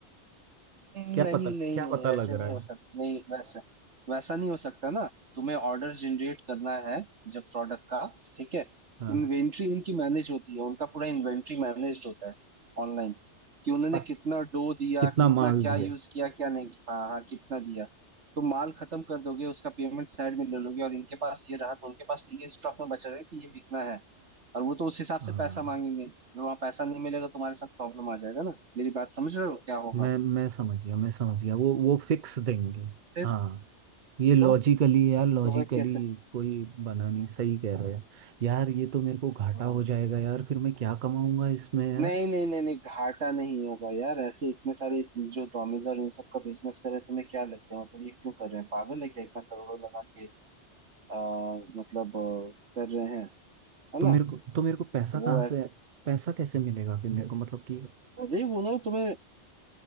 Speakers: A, on the right; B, on the right.
A: नहीं
B: क्या पता
A: नहीं
B: क्या
A: नहीं
B: पता
A: वैसे
B: लग रहा
A: नहीं
B: है
A: हो सकता नहीं वैसे वैसा नहीं हो सकता ना तुम्हें ऑर्डर जनरेट करना है जब प्रोडक्ट का ठीक है
B: हाँ
A: इन्वेंट्री उनकी मैनेज होती है उनका पूरा इन्वेंट्री मैनेज होता है ऑनलाइन कि उन्होंने
B: अ-
A: कितना डो दिया
B: कितना
A: कितना
B: माल
A: क्या
B: दिया
A: यूज किया क्या नहीं किया। हाँ हाँ कितना दिया तो माल खत्म कर दोगे उसका पेमेंट साइड में ले लोगे और इनके पास ये रहा तो उनके पास तो ये स्टॉक में बचा रहेगा कि ये बिकना है और वो तो उस हिसाब
B: हाँ
A: से पैसा मांगेंगे वहां पैसा नहीं मिलेगा तो तुम्हारे साथ प्रॉब्लम आ जाएगा ना मेरी बात समझ रहे हो क्या होगा
B: मैं मैं समझ गया मैं समझ गया वो वो फिक्स देंगे
A: फिर
B: हाँ ये लॉजिकली
A: तो
B: यार लॉजिकली
A: तो वह कैसे
B: कोई बना नहीं सही कह रहे हैं यार ये तो मेरे को घाटा
A: हाँ।
B: हो जाएगा यार फिर मैं क्या कमाऊंगा इसमें यार
A: नहीं नहीं नहीं नहीं घाटा नहीं होगा यार ऐसे इतने सारे जो डोमिनोज और इन सब का बिजनेस करे तुम्हें क्या लगता है मतलब ये क्यों कर रहे हैं पागल है क्या इतना करोड़ों लगा के आ, मतलब अ, कर रहे हैं है
B: तो
A: ना
B: मेरे को तो मेरे को पैसा
A: वो
B: कहाँ से
A: है
B: पैसा कैसे मिलेगा फिर मेरे को मतलब कि
A: अरे वो ना तुम्हें